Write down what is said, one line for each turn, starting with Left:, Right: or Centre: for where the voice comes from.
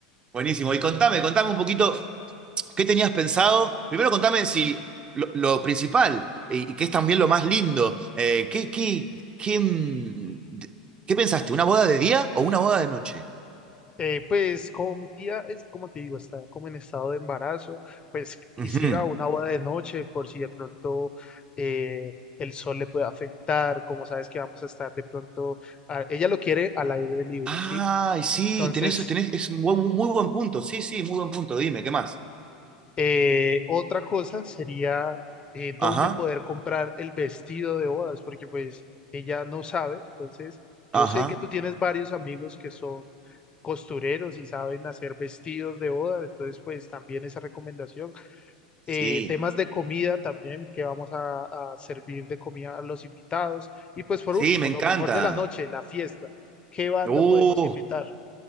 Right: buenísimo. Y contame, contame un poquito ¿Qué tenías pensado? Primero contame si lo, lo principal, y, y que es también lo más lindo, eh, ¿qué, qué, qué, mm, qué pensaste? ¿Una boda de día o una boda de noche?
Left: Eh, pues como mi tía es, como te digo, está como en estado de embarazo, pues quisiera
Right: Ujú.
Left: una boda de noche por si de pronto eh, el sol le puede afectar, como sabes que vamos a estar de pronto, a- ella lo quiere al aire libre,
Right: Ay,
Left: ¿sí?
Right: sí,
Left: Entonces
Right: tenés, tenés, es un buen- muy buen punto. Sí, sí, muy buen punto. Dime, ¿qué más?
Left: Eh, otra cosa sería eh,
Right: Ajá,
Left: dónde poder comprar el vestido de bodas, porque pues ella no sabe. Entonces, yo
Right: ajá.
Left: sé que tú tienes varios amigos que son costureros y saben hacer vestidos de bodas, entonces pues también esa recomendación.
Right: Sí,
Left: Eh, temas de comida también, que vamos a, a servir de comida a los invitados. Y pues por
Right: sí,
Left: último,
Right: me encanta.
Left: lo mejor de la noche, la fiesta. ¿Qué banda
Right: Uh,
Left: podemos invitar?